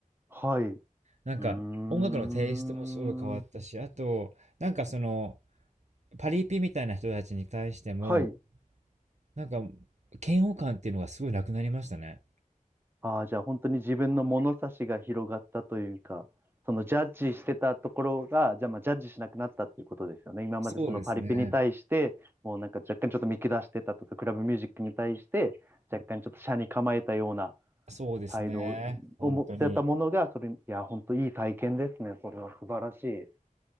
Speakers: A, on the right; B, on the right.
A: はい。う
B: なんか音楽のテイストもすごい変わったし、
A: ーん。
B: あと、なんかその、パリピみたいな人たちに対しても、
A: はい。
B: なんか、嫌悪感っていうのがすごいなくなりましたね。
A: ああ、じゃあ本当に自分の物差しが広がったというか、そのジャッジしてたところが、じゃあまあジャッジしなくなったっていうことですよね。今までそのパリピに対して、
B: そうですね。
A: もうなんか若干ちょっと見下してたとか、クラブミュージックに対して、若干ちょっと斜に構えたような
B: そうですね。
A: 態度を持ってたものが、
B: 本当に。
A: それ、いや、本当いい体験ですね。それは素晴らしい。